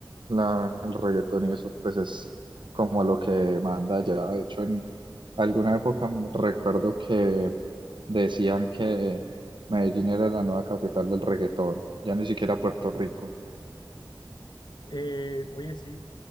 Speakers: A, on the right; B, on the left.
A: la, el reggaetón y eso pues es como lo que manda ya. De hecho, en alguna época m- recuerdo que decían que Medellín era la nueva capital del reggaetón, ya ni siquiera Puerto Rico.
B: Eh, oye, sí,